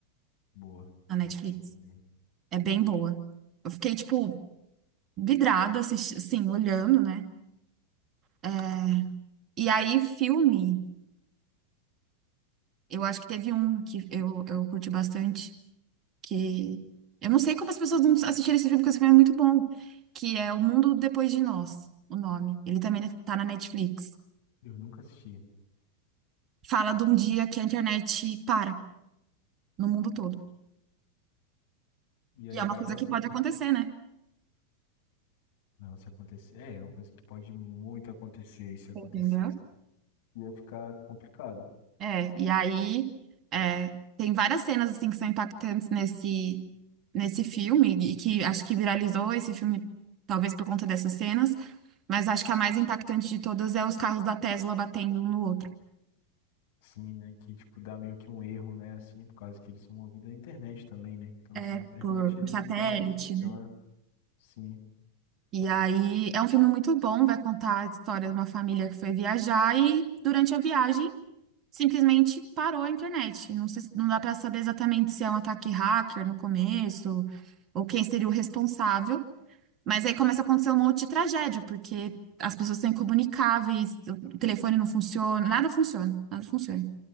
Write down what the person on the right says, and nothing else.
Na Netflix.
É bem boa. Eu fiquei, tipo, vidrada, assisti, assim, olhando, né? É, E aí, filme, eu acho que teve um que eu, eu curti bastante, que eu não sei como as pessoas não assistiram esse filme, porque esse filme é muito bom, que é O Mundo Depois de Nós, o nome. Ele também tá na Netflix.
Fala de um dia que a internet para no mundo todo.
E é uma
coisa
que
pode acontecer, né?
Entendeu?
É, e aí é, tem várias cenas assim que são impactantes nesse nesse filme e que acho que viralizou esse filme talvez por conta dessas cenas, mas acho que a mais impactante de todas é os carros da Tesla batendo um no outro,
é
por, por
satélite,
né?
E aí é um filme muito bom, vai contar a história de uma família que foi viajar e durante a viagem simplesmente parou a internet. Não se- não dá para saber exatamente se é um ataque hacker no começo ou quem seria o responsável. Mas aí começa a acontecer um monte de tragédia, porque as pessoas são incomunicáveis, o telefone não funciona, nada funciona, nada funciona.